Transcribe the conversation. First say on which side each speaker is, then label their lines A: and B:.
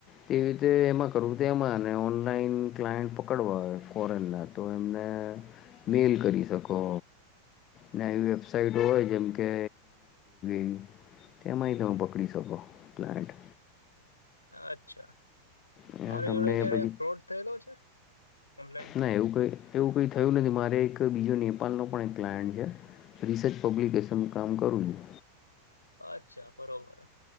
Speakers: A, on the left; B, on the left.
A: તેવી રીતે એમાં કરવું તે એમાં અને ઓનલાઈન ક્લાયન્ટ પકડવા હોય ફોરેનના, તો એમને મેલ કરી શકો. ને આવી વેબસાઈટ હોય જેમ કે <unintelligible> તેમાંય તમે પકડી શકો ક્લાયન્ટ.
B: અચ્છા.
A: ત્યાં
B: મારી
A: તમને
B: જોડે ક્યારેય
A: પછી
B: ફ્રોડ થયેલો છે? ઓનલાઈન
A: ના એવું કઈ એવું કંઈ થયું નથી. મારે એક બીજો નેપાળનો પણ એક ક્લાયન્ટ છે, રિસર્ચ પબ્લિકેશનનું કામ કરું છું.
B: અચ્છા. બરોબર.